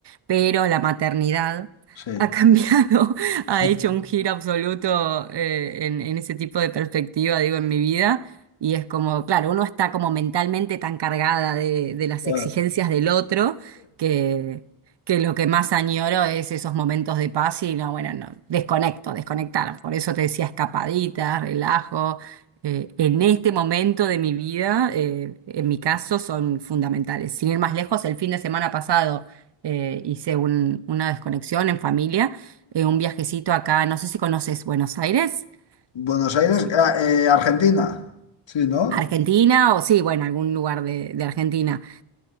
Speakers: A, on the right; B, on the left.
A: pero la maternidad
B: Sí.
A: ha <laughs> cambiado, ha
B: <laughs>
A: hecho un giro absoluto eh, en, en ese tipo de perspectiva, digo, en mi vida. Y es como, claro, uno está como mentalmente tan cargada de de las
B: Claro.
A: exigencias del otro que que lo que más añoro es esos momentos de paz y no, bueno, no, desconecto, desconectar. Por eso te decía escapadita, relajo. Eh, en este momento de mi vida, eh, en mi caso, son fundamentales. Sin ir más lejos, el fin de semana pasado eh, hice un- una desconexión en familia, eh, un viajecito acá, no sé si conoces Buenos Aires,
B: Buenos Aires,
A: Sí.
B: ah, eh, Argentina. Sí, ¿no?
A: Argentina o sí, bueno, algún lugar de, de Argentina.